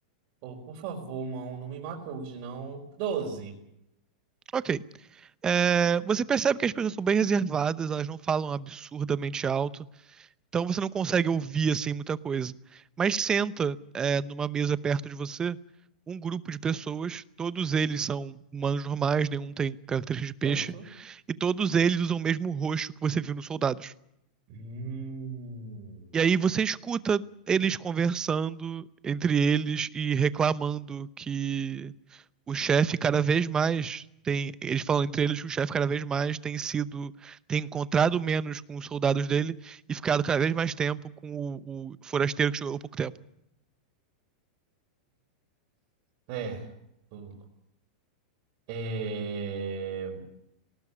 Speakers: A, on the right; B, on the right.
A: Oh, por favor, mão, não me mata hoje, não. doze
B: Ok. É, você percebe que as pessoas são bem reservadas, elas não falam absurdamente alto, então você não consegue ouvir assim muita coisa. Mas senta, é, numa mesa perto de você um grupo de pessoas, todos eles são humanos normais, nenhum tem característica de peixe,
A: Certo?
B: e todos eles usam o mesmo roxo que você viu nos soldados.
A: Hum.
B: E aí você escuta eles conversando entre eles e reclamando que o chefe cada vez mais tem. Eles falam entre eles que o chefe cada vez mais tem sido. tem encontrado menos com os soldados dele e ficado cada vez mais tempo com o, o forasteiro que chegou há pouco tempo.
A: Certo. É,